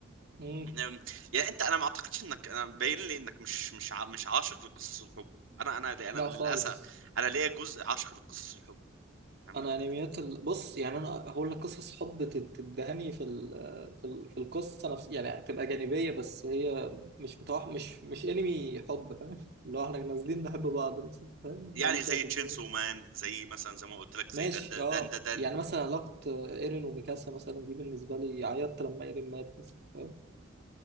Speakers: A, on the right; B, on the right.
A: مم.
B: أم، يعني انت انا ما اعتقدش انك انا باين لي انك مش مش ع- مش عاشق لقصص الحب انا انا انا
A: لا
B: للاسف
A: خالص
B: انا ليا جزء عاشق لقصص الحب فاهمني
A: انا انميات ال... بص يعني انا هقول لك قصص حب تت- تدهني في ال... في ال... في القصه نفس يعني تبقى جانبيه بس هي مش متوح... مش مش انمي حب فاهم اللي هو احنا نازلين نحب بعض مثلا فاهم
B: يعني
A: ماليش
B: زي
A: انا في
B: تشينسو
A: الجو ده.
B: مان زي مثلا زي ما قلت لك زي
A: ماشي
B: دندا
A: اه
B: دندا دن
A: يعني مثلا علاقه ايرين وميكاسا مثلا دي بالنسبه لي عيطت لما ايرين مات مثلا فاهم